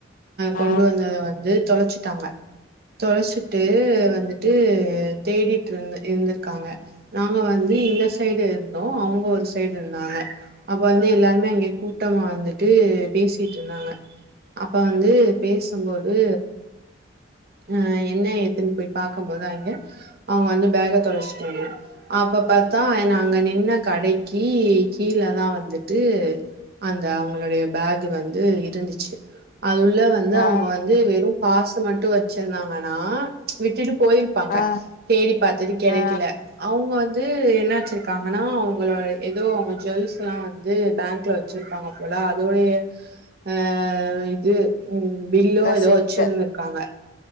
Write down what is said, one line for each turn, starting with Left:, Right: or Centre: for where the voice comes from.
Left: ஆ
Right: கொண்டு வந்தத வந்து தொலச்சிட்டங்க தொலச்சிட்டு வந்து டு தேடிட்ருந் இருந்துருக்காங்க நாங்க வந்து யூ எஸ் சைட் இருந்தோ அவங்க ஒரு சைட் இருந்தாங்க அப்ப வந்து எல்லாருமே அங்க கூட்டமா வந்து ட்டு பேசிட்ருந்தாங்க அப்ப வந்து பேசும்போது அ என்ன ஏத்துன்னு போய் பாக்கபோது அங்க அவங்க வந்து பேக தொலச்சுட்டாங்க அவங்க பாத்தா என்ன அங்க நின்ன கடை க்கி கீழதா வந்துட்டு அந்த அவங்களுடைய பேக் வந்து இருந்துச்சு அதுள்ள ந்து
Left: ஆ
Right: அவங்க வந்து வெறு பாசு மட்டு வச்சிருந்தாங்கன்னா விட்டு போய்ருப்பாங்க
Left: ஆ
Right: தேடி பாத்துட்டு கெடக்கல
Left: ஆ
Right: அவங்க வந்து என்னாச்சு தாங்கன்னா அவங்களோட ஏதோ அவங்க ஜுவல்ஸ்ஸெல்லா வந்து பேங்க்ல வச்சிருப்பாங்க போல அதோடைய அ இது பில்லு
Left: ரெசிப்ட்டு
Right: ஏதோ வச்சிருந்திருக்காங்க